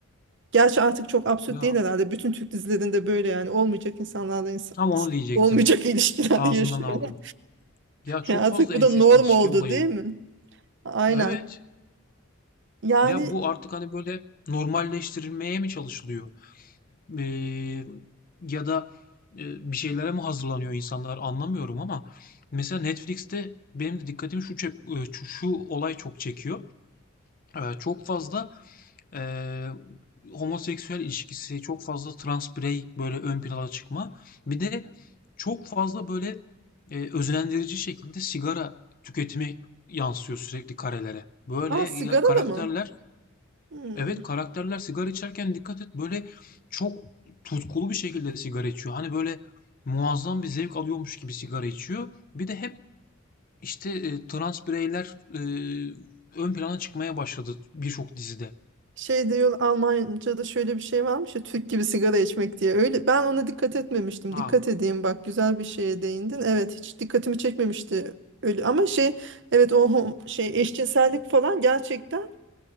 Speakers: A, on the right (about 55°); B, on the left (about 40°).
A: Gerçi artık çok absürt
B: Ya
A: değil herhalde. Bütün Türk dizilerinde böyle yani olmayacak insanlarla insan,
B: tam onu
A: insan-
B: diyecektim.
A: olmayacak <laughs> ilişkiler
B: Ağzımdan
A: yaşıyorlar.
B: aldım. Ya çok
A: Ya artık
B: fazla
A: bu
B: ensest
A: da norm
B: ilişki
A: oldu
B: olayı.
A: değil mi? Aynen.
B: Evet.
A: Yani
B: Ya bu artık hani böyle normalleştirilmeye mi çalışılıyor? Eee, ya da e, bir şeylere mi hazırlanıyor insanlar anlamıyorum ama mesela Netflix'te benim de dikkatimi şu çek, e, şu, şu olay çok çekiyor. Eee, çok fazla eee, homoseksüel ilişkisi, çok fazla trans birey böyle ön plana çıkma. Bir de çok fazla böyle e, özendirici şekilde sigara tüketimi yansıyor sürekli karelere. Böyle
A: aa, sigara
B: ya- karakterler
A: da mı? Hmm.
B: Evet karakterler sigara içerken dikkat et böyle çok tutkulu bir şekilde sigara içiyor. Hani böyle muazzam bir zevk alıyormuş gibi sigara içiyor. Bir de hep işte e, trans bireyler e, ön plana çıkmaya başladı birçok dizide.
A: Şey diyor Almanca'da şöyle bir şey varmış ya Türk gibi sigara içmek diye. Öyle ben ona dikkat etmemiştim.
B: Ha,
A: Dikkat edeyim bak güzel bir şeye değindin. Evet hiç dikkatimi çekmemişti öyle ama şey evet o hom- şey eşcinsellik falan gerçekten